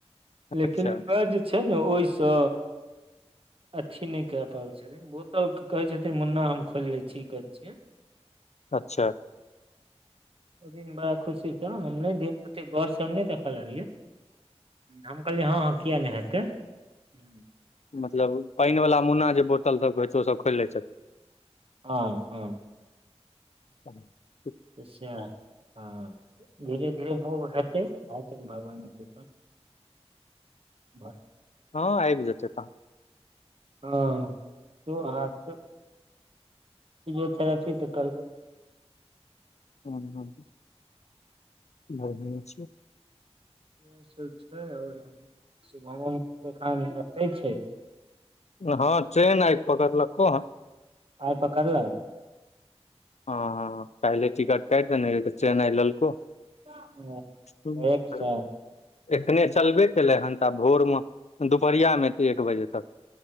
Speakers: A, on the right (about 55°); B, on the left (about 80°).
A: लेकिन
B: अच्छा
A: उएह जे छै नऽ ओहिसँ अथी नहि कहे पाबै छथिन बोतल क कहे छथिन मुन्ना हम खोलि ले छी कर छियै
B: अच्छा
A: ओ दिन बड़ा खुशी छै हम नय देख ओते गौरसँ हम नहि देखऽ लगलियै। हम कहलियै हँ हँ किया नहि हे हुँ।
B: मतलब पानि वला मुन्ना जे बोतल सभ होइ छै ओसभ खोलि लैत छथि।
A: ह ह
B: ह।
A: त सह ह धीरे धीरे मूव हेतै आ भगवान कृपा बड़
B: हँ आबि जेतै त
A: ह तू हाथ फिजियोथेरेपी त करबै
B: ह ह बढिये अछि।
A: इ सभ छै आओर शिवमो मम्मी एखन ओते छैथ।
B: ह। ट्रेन आय पकड़लखो हन
A: आइ पकड़ल कऽ
B: हँ ह पहिले टिकट कइत देने रहिये त ट्रेन आय ललको
A: अ,
B: ह
A: डायरेक्ट से
B: एखने चलबे कलै हन तऽ आब भोरमे दुपहरिया मे त एक बजे तक